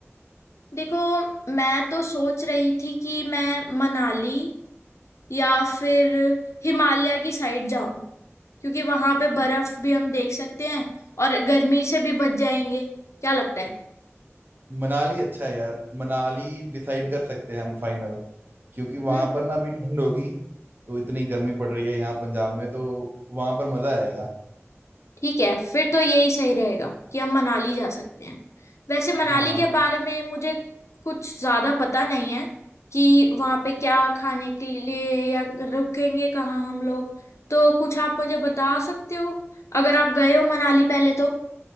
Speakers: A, on the left (about 75°); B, on the right (about 40°).
A: देखो मैं तो सोच रही थी कि मैं मनाली या फिर हिमालय की साइड जाऊं क्योंकि वहां पे बर्फ भी हम देख सकते हैं और गर्मी से भी बच जाएंगे क्या लगता है
B: मनाली अच्छा है यार मनाली डिसाइड कर सकते हैं हम फाइनल क्योंकि वहां
A: हम्म
B: पर ना अभी ठंड होगी तो इतनी गर्मी पड़ रही है यहाँ पंजाब में तो वहां पर मजा आएगा
A: ठीक है फिर तो यही सही रहेगा कि हम मनाली जा सकते हैं वैसे मनाली
B: हाँ
A: के बारे में मुझे कुछ ज्यादा पता नहीं है कि वहां पे क्या खाने के लिए या रुकेंगे कहाँ हम लोग तो कुछ आप मुझे बता सकते हो अगर आप गए हो मनाली पहले तो